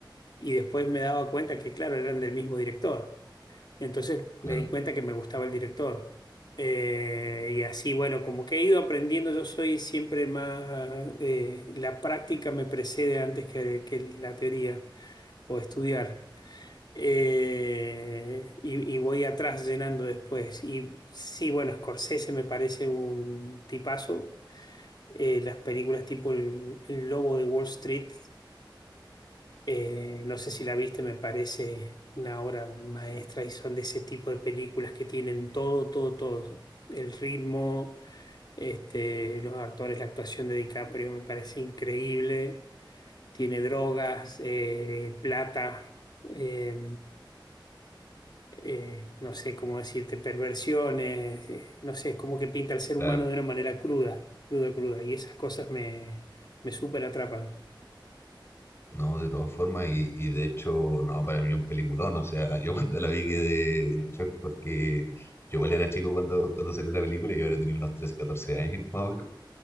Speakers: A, on the left (about 55°); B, on the left (about 30°).
A: y después me daba cuenta que, claro, eran del mismo director. Entonces
B: Claro,
A: me di cuenta que me gustaba el director. Eh, y así, bueno, como que he ido aprendiendo, yo soy siempre más, eh, la práctica me precede antes que, que la teoría o estudiar. Eh, y, y voy atrás llenando después. Y sí, bueno, Scorsese me parece un tipazo. Eh, las películas tipo El, El Lobo de Wall Street eh, no sé si la viste, me parece una obra maestra y son de ese tipo de películas que tienen todo, todo, todo. El ritmo, este, los actores, la actuación de DiCaprio me parece increíble. Tiene drogas, eh, plata, eh, eh, no sé cómo decirte, perversiones, eh, no sé, es como que pinta al ser humano
B: claro.
A: de una manera cruda, cruda, cruda. Y esas cosas me, me súper atrapan.
B: No, de todas formas, y, y de hecho, no, para mí un peliculón, o sea, <laughs> yo cuando la vi quedé en shock porque yo igual era chico cuando, cuando salió la película, yo ahora tenía unos 13 14 años <laughs> más o menos,